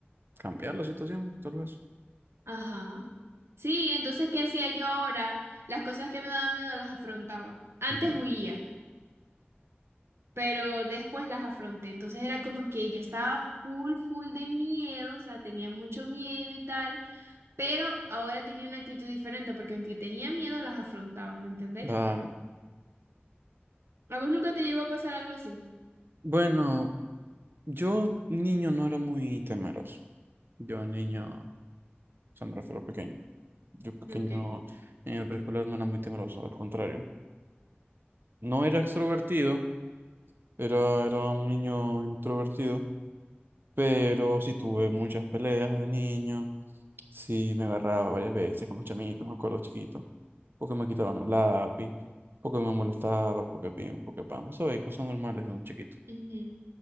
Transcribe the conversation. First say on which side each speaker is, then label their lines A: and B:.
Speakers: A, on the right; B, on the right.
A: cambiar la situación, tal vez.
B: ajá. Sí, entonces, ¿qué hacía yo ahora? Las cosas que me daban miedo las afrontaba. Antes
A: Ujú.
B: huía. pero después las afronté. Entonces era como que yo estaba full, full de miedo, o sea, tenía mucho miedo y tal, pero ahora tenía una actitud diferente porque aunque tenía miedo, las afrontaba, ¿me entendéis?
A: Claro.
B: ¿A vos nunca te llegó a pasar algo así?
A: Bueno, yo niño no era muy temeroso. Yo niño, o sea, me refiero a pequeño. Yo pequeño
B: Ok.
A: en el preescolar no era muy temeroso, al contrario. No era extrovertido, era, era un niño introvertido, pero sí tuve muchas peleas de niño, sí me agarraba varias veces con los chamitos, me acuerdo chiquito, porque me quitaban el lápiz, porque me molestaban, porque pim, porque pam, sabes, cosas normales de un chiquito,
B: Ujú.